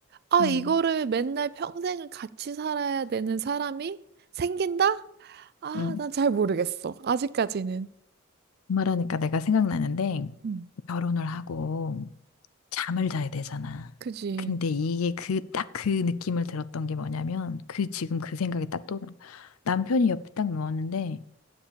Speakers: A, on the right; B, on the left.
A: 아,
B: 음,
A: 이거를 맨날 평생을 같이 살아야 되는 사람이 생긴다? 아,
B: 음.
A: 난 잘 모르겠어. 아직까지는.
B: 말하니까 내가 생각나는데
A: 음,
B: 결혼을 하고 잠을 자야 되잖아.
A: 그지.
B: 근데 이게 그, 딱 그 느낌을 들었던 게 뭐냐면, 그, 지금 그 생각이 딱 떠오른는 거야. 남편이 옆에 딱 누웠는데,